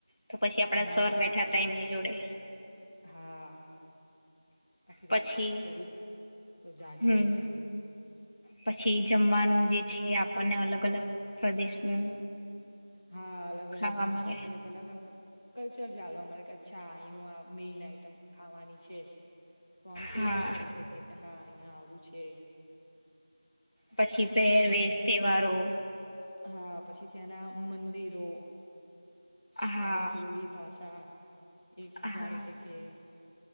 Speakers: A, on the left (about 55°); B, on the left (about 40°).
A: તો પછી આપડા
B: હા
A: સર બેઠા હતા એમની જોડે.
B: હા. આખી
A: પછી
B: રાત વાત કરી તો જાગ્યો
A: હમ
B: એ.
A: પછી જમવાનું જે છે આપ આપને અલગ અલગ પ્રદેશનું
B: હા અલગ
A: ખાવા
B: અલગ
A: મળે
B: અલગ અલગ આમ કલ્ચર ચાલવા મળે ક્યા અચ્છા એનું આ મેઈન આઈટમ ખાવાની છે. તો આમ ટેસ્ટ
A: હા
B: કરી શકીએ કે હા. અહિયાં આવું છે.
A: પછી પહેરવેશ,
B: અને
A: તહેવારો.
B: હા પછી ત્યાંના મંદિરો.
A: હા
B: ત્યારે બોલી ભાષા. સા. એક
A: હા
B: જાણી શકીએ.